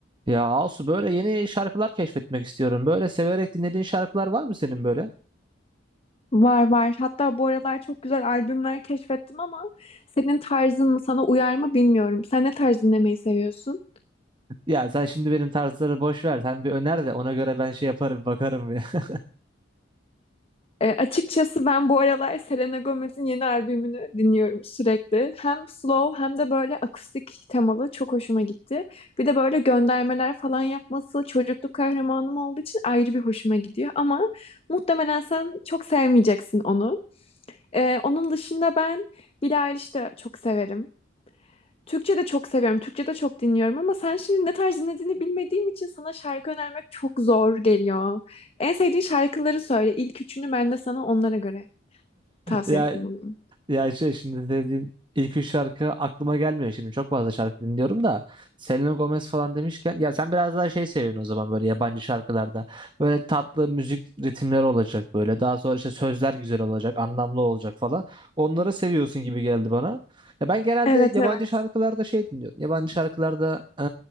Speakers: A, on the right (about 25°); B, on the left (about 30°).
A: Ya Asu böyle yeni şarkılar keşfetmek istiyorum. Böyle severek dinlediğin şarkılar var mı senin böyle?
B: Var var. Hatta bu aralar çok güzel albümler keşfettim ama senin tarzın mı sana uyar mı bilmiyorum. Sen ne tarz dinlemeyi seviyorsun?
A: Ya sen şimdi benim tarzları boş ver. Sen bir öner de ona göre ben şey yaparım bakarım ya. <laughs>
B: E, açıkçası ben bu aralar Selena Gomez'in yeni albümünü dinliyorum sürekli. Hem slow hem de böyle akustik temalı çok hoşuma gitti. Bir de böyle göndermeler falan yapması çocukluk kahramanım olduğu için ayrı bir hoşuma gidiyor. Ama muhtemelen sen çok sevmeyeceksin onu. E, onun dışında ben Billie Eilish'i de çok severim. Türkçe de çok seviyorum. Türkçe de çok dinliyorum ama sen şimdi ne tarz dinlediğini bilmediğim için sana şarkı önermek çok zor geliyor. En sevdiğin şarkıları söyle. İlk üçünü ben de sana onlara göre tavsiyede
A: Ya
B: bulunayım.
A: Ya şey şimdi dediğim ilk üç şarkı aklıma gelmiyor şimdi. Çok fazla şarkı dinliyorum da Selena Gomez falan demişken ya sen biraz daha şey seviyorsun o zaman böyle yabancı şarkılarda. Böyle tatlı müzik ritimleri olacak böyle. Daha sonra işte sözler güzel olacak, anlamlı olacak falan. Onları seviyorsun gibi geldi bana. Ya ben genelde
B: Evet
A: yabancı
B: evet.
A: şarkılarda şey dinliyorum. Yabancı şarkılarda e,